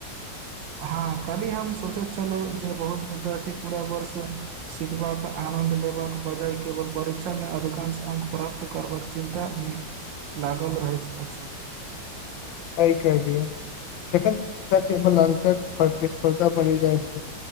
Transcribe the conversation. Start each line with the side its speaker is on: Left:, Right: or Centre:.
Right: हँ, कहली हम सोचैत छलहुँ जे बहुत विद्यार्थी पूरा वर्ष सिखबाक, आनन्द लेबाक बजाय केवल परीक्षामे अधिकांश अंक प्राप्त करबाक चिन्तामे लागल रहैत अछि
Left: एहि के लिअ, जखन शिक्षा केवल अंक प्रतिस्पर्धा बनि जाइ छै